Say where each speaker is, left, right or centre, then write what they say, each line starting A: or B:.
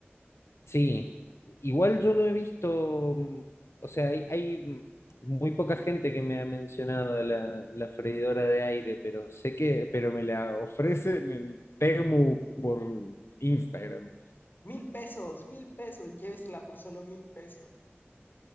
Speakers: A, on the left; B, on the left.
A: Sí, igual yo no he visto, mm, o sea, hay, hay, mm, muy poca gente que me ha mencionado la, la freidora de aire, pero sé que, pero me la ofrecen en Temu por Instagram.
B: Mil pesos, mil pesos, llévesela por solo mil pesos.